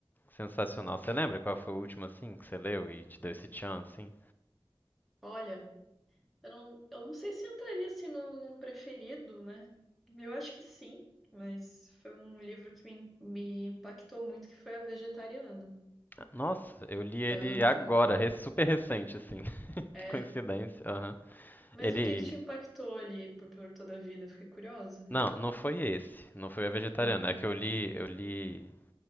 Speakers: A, on the left (about 20°); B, in the centre.
A: sensacional. Você lembra qual foi o último, assim, que você leu e te deu esse tchan, assim?
B: Olha, eu não, eu não sei se entraria assim num, num preferido, né? Eu acho que sim, mas foi um livro que me, me impactou muito, que foi A Vegetariana,
A: Nossa, eu li ele
B: da Han
A: agora,
B: Kang.
A: re- super recente, assim. <laughs>
B: É.
A: Coincidência, aham.
B: Mas
A: Ele.
B: o que que te impactou ali por, por toda a vida? Fiquei curiosa.
A: Não, não foi esse. Não foi a vegetariana.
B: Ah,
A: É que eu li, eu li.